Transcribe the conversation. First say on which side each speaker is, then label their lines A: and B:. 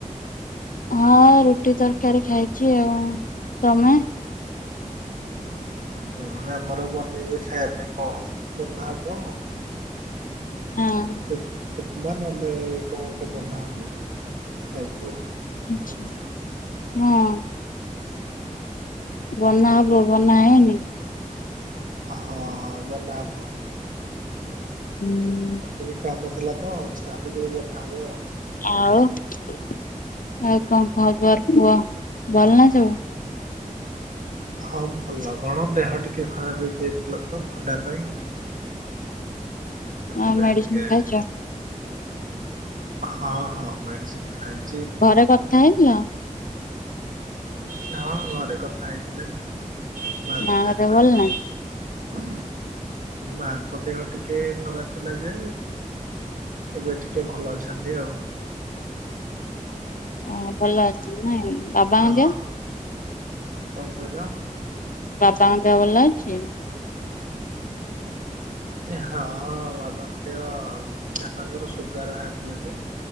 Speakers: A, on the left; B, on the right.
A: ହଁ ରୁଟି ତରକାରୀ ଖାଇଚି ଆଉ। ତମେ?
B: ହୁଁ ଆମର ବନେଇ ବି ଖାଇବା ପାଇଁ କଣ ବନା ହବ?
A: ହଁ।
B: ସେ ଉପମା ନହେଲେ କଣ ଗୋଟେ ବନା ହେବ ଖାଇବ ଆଉ।
A: ଆଛା ହଁ। ବନା ହବ ବନା ହେଇନି?
B: ହଁ ହଁ ବନାହବ।
A: ହୁଁ।
B: ଆଉ ଟିକେ କାମ ଥିଲା ତ ସାରିକରି ବନା ହବ ଆଉ।
A: ଆଉ, ଆଉ କଣ ଖବର କୁହ ଭଲ ନା ସବୁ।
B: ହଁ ଭଲ କଣ? ଦେହ ଟିକେ ଖରାପ ହେଇଯାଇଥିଲା ତ ଥଣ୍ଡା ପାଇଁ। ସେଥିପାଇଁ
A: ଆଉ ମେଡିସିନ
B: ଟିକେ,
A: ଖାଇଛ
B: ହଁ ହଁ ମେଡିସିନ୍ ଖାଇ
A: ଘରେ କଥା ହେଇଥିଲ?
B: ହଁ ଘରେ କଥା ହେଇଥିଲେ, ମା
A: ମାଙ୍କ
B: କଥା ହେଇଥିଲା।
A: ଦେହ ଭଲ ନା?
B: ମାଙ୍କ ଦେହ ଟିକେ ଖରାପ ଥିଲା ଯେ ଏବେ ଟିକେ ଭଲ ଅଛନ୍ତି ଆଉ।
A: ଅଁ ଭଲ ଅଛନ୍ତି ନାଇଁ? ବାବାଙ୍କ
B: ହଁ
A: ଦେହ
B: ହଁ କଣ କହିଲ?
A: ବାପାଙ୍କ ଦେହ ଭଲ ଅଛି?
B: ଏ ହଁ ହଁ ବାବାଙ୍କ ଦେହ ବାବାଙ୍କର ସୁଗାର ବାହାରି ଥିଲା ଯେ।